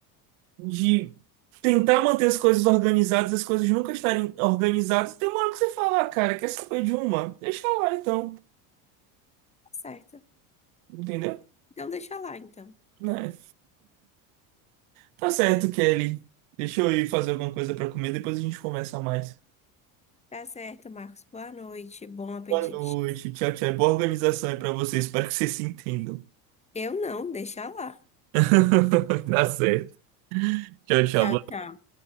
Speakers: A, on the right (about 75°); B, on the left (about 15°).
A: de tentar manter as coisas organizadas, as coisas nunca estarem organizadas. Tem uma hora que você fala, "Ah, cara, quer saber de uma? Deixa lá então.
B: certo.
A: Entendeu?
B: Então deixa lá, então.
A: Né? Tá certo, Kelly. Deixa eu ir fazer alguma coisa pra comer, depois a gente conversa mais.
B: Tá certo, Marcos. Boa noite, bom apetite.
A: Boa noite, tchau, tchau. Boa organização aí pra vocês. Espero que vocês se entendam.
B: Eu não, deixa lá.
A: <laughs> Tá certo. Tchau, tchau.
B: Tchau, tchau.